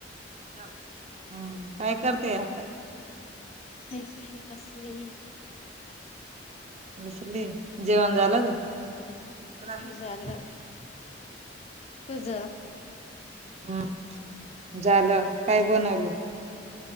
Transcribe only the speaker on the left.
हेच बसली
झालं तुझ